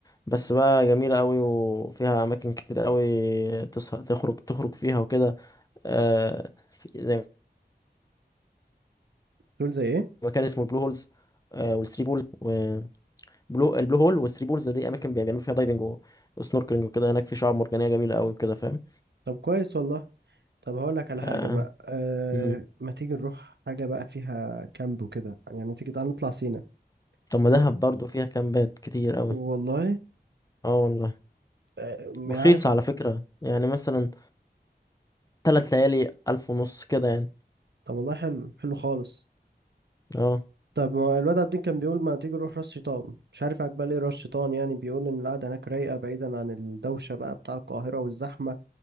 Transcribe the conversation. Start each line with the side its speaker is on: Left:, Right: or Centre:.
Left: بس بقى جميلة قوي وفيها أماكن كتير قوي تسهر تخرج تخرج فيها وكده آه، في زي
Right: تقول زي إيه؟
Left: مكان اسمه البلو هولز آه، والثري بول وبلو البلو هول والثري بولز دي أماكن بي- بيعملوا فيها دايفنج و- وسنوركلينج وكده هناك في شعاب مرجانية جميلة قوي وكده فاهم
Right: طب كويس والله طب هقول لك على
Left: آه،
Right: حاجة بقى أه
Left: مم.
Right: ما تيجي نروح حاجة بقى فيها كامب وكده يعني ما تيجي تعالى نطلع سينا
Left: طب ما دهب
Right: ن-
Left: برضو فيها كامبات كتير قوي
Right: والله
Left: اه والله
Right: أه
Left: ورخيصة
Right: عارف
Left: على فكرة يعني مثلا تلات ليالي ألف ونص كده يعني
Right: طب والله حلو حلو خالص
Left: اه
Right: طب ما الواد عابدين كان بيقول ما تيجي نروح راس شيطان مش عارف عجبال ايه راس شيطان يعني بيقول ان القعده هناك رايقه بعيدا عن الدوشه بقى بتاع القاهره والزحمه